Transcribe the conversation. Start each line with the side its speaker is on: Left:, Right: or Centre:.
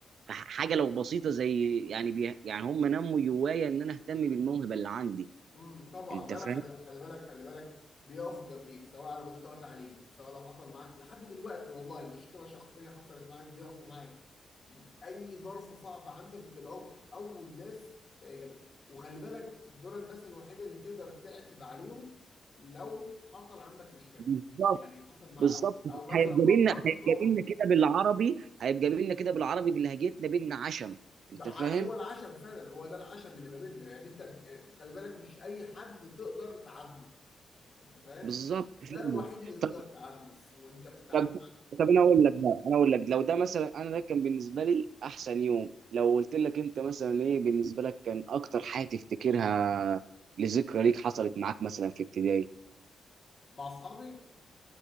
Right: حاجه لو بسيطه زي يعني بي يعني هم نموا جوايا ان انا اهتم بالموهبه اللي عندي
Left: امم طبعا
Right: انت
Left: ده
Right: فاهم
Left: انا خلي خلي بالك خلي بالك بيقفوا جنبيك سواء على مستوى تعليمك سواء لو حصل معاك لحد دلوقتي والله مشكله شخصيه حصلت معاك بيقفوا معاك م- اي ظرف صعب عندك بتلاقوهم اول ناس آه، جنبيك وخلي بالك دول الناس الوحيده اللي تقدر تعتب عليهم لو حصل عندك مشكله
Right: بالظبط
Left: يعني حصل مع
Right: بالظبط
Left: او
Right: هيبقى
Left: او مثلا ما
Right: بينا
Left: اقترفت
Right: هيبقى
Left: موقف
Right: بينا كده بالعربي هيبقى بينا كده بالعربي بلهجتنا بينا عشم انت
Left: بع-
Right: فاهم
Left: هو العشم فعلا هو ده العشم اللي ما بيننا يعني انت آه، خلي بالك مش اي حد تقدر تعاتبه انت فاهم
Right: بالظبط
Left: ده الوحيد اللي تقدر
Right: فعلا.
Left: تعامله في- وانت بتتعامل
Right: طب طب انا اقول لك بقى انا اقول لك لو ده مثلا انا ده كان بالنسبه لي احسن يوم لو قلت لك انت مثلا ايه بالنسبه لك كان اكتر حاجه تفتكرها لذكرى ليك حصلت معاك مثلا في ابتدائي
Left: مع اصحابي